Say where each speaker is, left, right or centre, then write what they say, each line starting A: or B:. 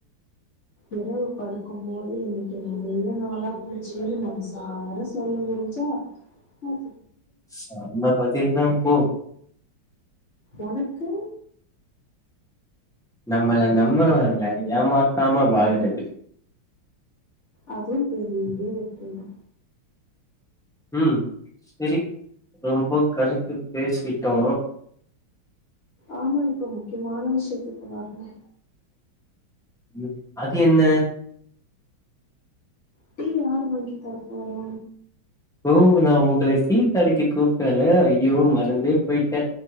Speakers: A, on the left; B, in the centre.
A: இரவு படுக்கும்போது இன்னக்கி நல்ல நாளா போச்சின் மனசார சொல்ல முடிஞ்சா அ
B: சம்ம பதில்தா போ
A: ஒனக்கு
B: நம்மள நம்புறவங்ள ஏமாத்தாம வாழுறது
A: அதும் பெரிய வெற்றி தா
B: ம். சரி, ரொம்ப கருத்து பேசிட்டோ
A: ஆமா இப்ப முக்கியமான விஷ்யத்து கு வர்ணு
B: ம் அது என்ன
A: டீ யாரு வாங்கி தரப்போறோ
B: ஓ நா உங்கள டீ கடைக்கி கூப்ட்டேல அய்யோ மறந்தே போய்ட்டே